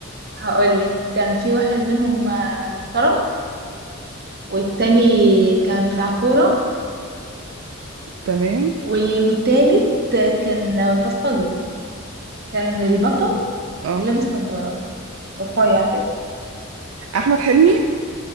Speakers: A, on the right; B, on the right.
A: هقول لك كان في واحد منهم آه، محترم والتاني كان بتاع كورة
B: <laughs> تمام
A: و- والتالت كان بلطجي كان البطل
B: اه
A: لابس نظارة رفيع كده
B: احمد حلمي